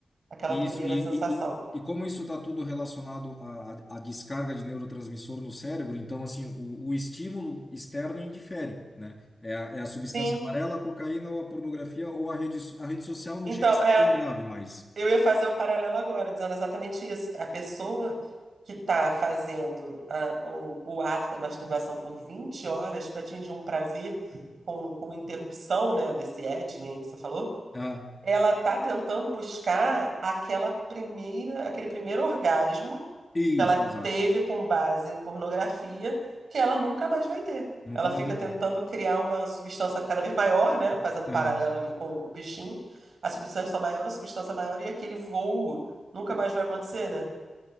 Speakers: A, on the right (about 60°); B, on the left (about 20°).
A: aquela
B: E
A: primeira
B: isso, e,
A: sensação.
B: e, e e como isso está tudo relacionado à, à à descarga de neurotransmissor no cérebro, então, assim, o, o estímulo externo indifere, né? É a, é a substância
A: Sim,
B: amarela, a cocaína ou a pornografia ou a rede, so- a rede social não
A: então,
B: chega a ser
A: é.
B: tão grave, mas...
A: Eu ia fazer o paralelo agora, dizendo exatamente isso. A pessoa que está fazendo a- o, o ato da masturbação por 20 horas para atingir um prazer com, com interrupção, né, desse edging aí que você falou,
B: Ah,
A: ela está tentando buscar aquela primeira, aquele primeiro orgasmo
B: isso,
A: que ela
B: exato.
A: teve com base em pornografia que ela nunca mais vai ter.
B: Nunca
A: Ela
B: mais
A: fica
B: vai ter.
A: tentando criar uma substância cada vez maior, né? Fazendo
B: Aham.
A: paralelo ali com o bichinho. A substância maior, a substância maior e aquele voo nunca mais vai acontecer, né?